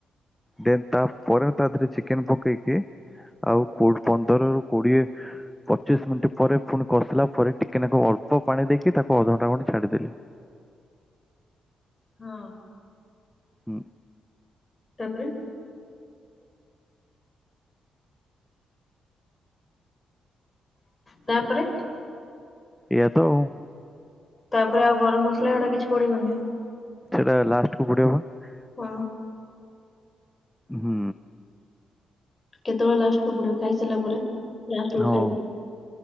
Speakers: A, in the centre; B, on the left.
A: ଦେନ୍ ତା ପରେ ତା ଦିରେ ଚିକେନ ପକେଇକି। ଆଉ କୋଡ ପନ୍ଦରରୁୁ କୋଡିଏ ପଚିଶ ମିନିଟ୍ ପରେ ଫୁଣି କସିଲା ପରେ ଟିକେ ନାକ ଅଳ୍ ପ ପାଣି ଦେଇକି ତାକୁ ଅଧ ଘଣ୍ଟା ଖଣ୍ଡେ ଛାଡିଦେଲି।
B: ହଁ।
A: ହୁଁ।
B: ତାପରେ। <inaudible> ତାପରେ।
A: ଏୟା ତ ଆଉ।
B: ତାପରେ ଆଉ ଗରମ ମସଲା ଗୁଡା କିଛି ପଡିବନି।
A: ସେଟା ଲାଷ୍ଟ କୁ ପଡିବ ବା।
B: ହଁ।
A: ହୁଁ।
B: କେତେବେଳେ ଲାଷ୍ଟକୁୁ ପଡିବ ଖାଇସାରିଲା ପରେ ଲାଷ୍ଟ କୁ
A: ହଁ
B: ଖାଇଦ